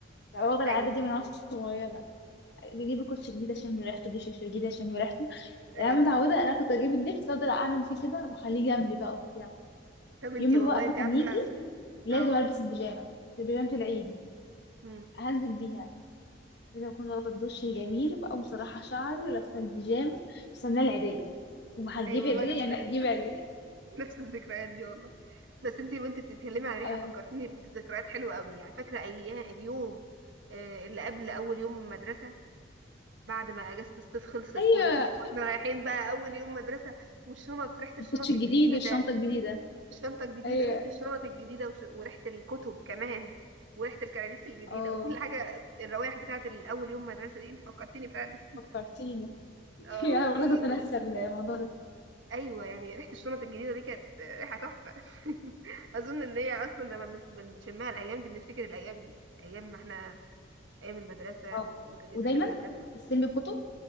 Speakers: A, on the left; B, on the right.
A: واخدة العادة
B: ايوه
A: دي من وانا صغيرة اجيب الكوتش جديد اشم ريحته اجيب شاشه جديد اشم ريحته انا
B: ايوه
A: متعودة انا كنت اجيب اللبس افضل اعمل فيه كده واخليه جنبي بقى وبتاع
B: طب انت
A: يوم
B: والله
A: الوقفة
B: انت
A: كان
B: عارفة
A: يجي لازم
B: اه
A: البس البيجامة بيجامة العيد
B: امم
A: هنزل بيها لازم اكون واخدة الدش الجميل بقى مسرحة شعري ولابسة البيجامة مستنية العيدية وهتجيب
B: ايوه والله
A: عيدية
B: نفس
A: يعني هتجيب
B: نفس
A: عيدية
B: نفس الذكريات دي والله بس انت وانت بتتكلمي عن ريحة
A: آه.
B: فكرتني بذكريات حلوة قوي يعني فاكرة ايام اليوم آه، اللي قبل اول يوم مدرسة بعد ما اجازة الصيف خلصت
A: ايوه
B: وانت واحنا رايحين بقى اول يوم مدرسة والشنط ريحة الشنط
A: الكوتش الجديد
B: الجديدة
A: والشنطه الجديده
B: الشنطة الجديدة
A: ايوه
B: ريحة الشنط الجديدة وش... وريحة الكتب كمان وريحة الكراريس الجديدة
A: اه
B: وكل حاجة الروائح بتاعة الأول يوم مدرسة دي انت فكرتيني فعلا
A: فكرتيني <laughs>
B: اه
A: انا برضه
B: ي-
A: بنسى
B: و-
A: الموضوع ده
B: ايوه يعني ريحة الشنط الجديدة دي كانت ريحة تحفة <laughs> اظن ان هي اصلا لما بنف- بنشمها الايام دي بنفتكر الايام دي ايام ما احنا ايام المدرسة
A: اه
B: و- وتجهيزات
A: ودايما
B: المدرسة
A: تستلمي الكتب